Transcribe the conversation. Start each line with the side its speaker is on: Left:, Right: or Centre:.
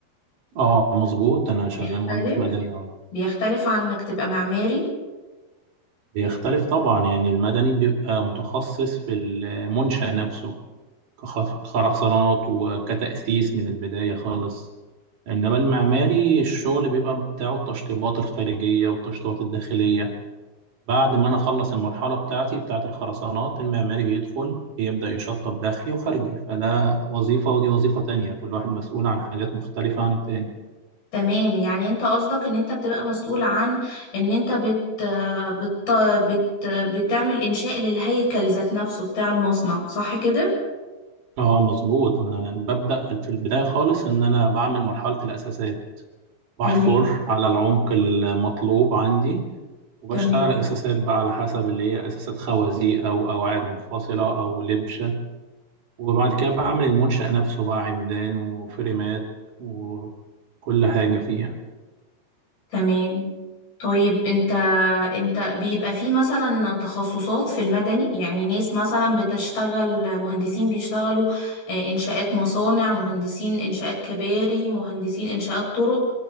Right: اه مظبوط أنا شغال
Left: بيختلف
Right: مهندس مدني اه
Left: بيختلف عن انك تبقى معماري
Right: بيختلف طبعا يعني المدني بيبقى متخصص في المنشأ نفسه كخ- كخرسانات وكتأسيس من البداية خالص إنما المعماري الشغل بيبقى بتاعه التشطيبات الخارجية والتشطيبات الداخلية بعد ما انا اخلص المرحله بتاعتي بتاعه الخرسانات المعماري بيدخل بيبدا يشطب داخلي وخارجي فده وظيفه ودي وظيفه تانية كل واحد مسؤول عن حاجات مختلفه عن التاني
Left: تمام يعني انت قصدك ان انت بتبقى مسؤول عن ان انت بت بت بت بتعمل انشاء للهيكل ذات نفسه بتاع المصنع صح كده
Right: اه مظبوط انا ببدا في البدايه خالص ان انا بعمل مرحله الاساسات بحفر
Left: تمام
Right: على العمق المطلوب عندي وبشتغل
Left: تمام
Right: اساسات بقى على حسب اللي هي اساسات خوازيق او قواعد منفصله او لبشه وبعد كده بعمل المنشأ نفسه بقى عمدان وفريمات وكل حاجه فيه يعني.
Left: تمام طيب انت انت بيبقى في مثلا تخصصات في المدني يعني ناس مثلا بتشتغل مهندسين بيشتغلوا آه، انشاءات مصانع مهندسين انشاءات كباري مهندسين انشاءات طرق